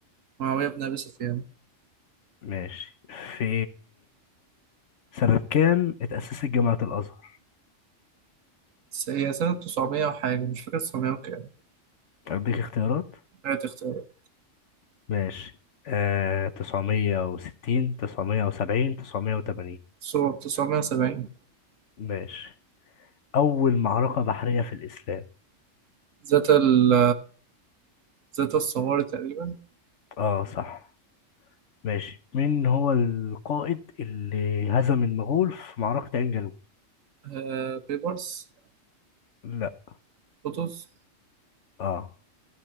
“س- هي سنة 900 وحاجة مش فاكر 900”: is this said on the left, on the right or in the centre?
Right